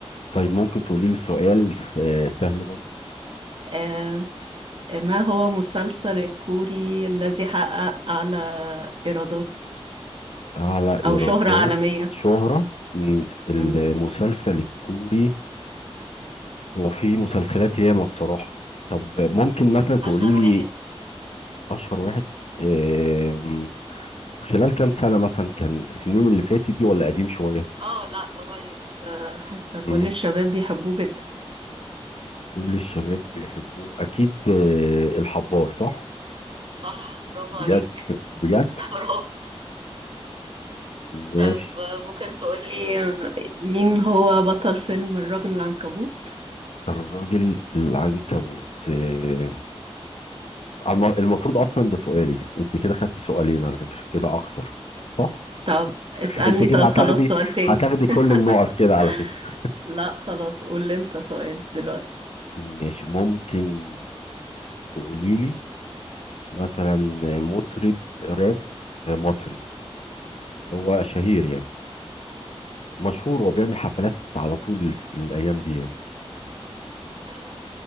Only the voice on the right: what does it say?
آه آه، ما هو مسلسل الكوري الذي حقق اعلى ايرادات
او شهره عالميه
مم.
اشهر واحد
اه لا قريب آه حتى
كل الشباب بيحبوه جدا
صح برافو
عليك
<laughs> برافو
طب آه، ممكن تقولي إيه، مين هو بطل فيلم الرجل العنكبوت
طب اسألني
طب
خلاص سؤال تاني
<laughs>
لا خلاص قول لي انت سؤال دلوقتي
آه،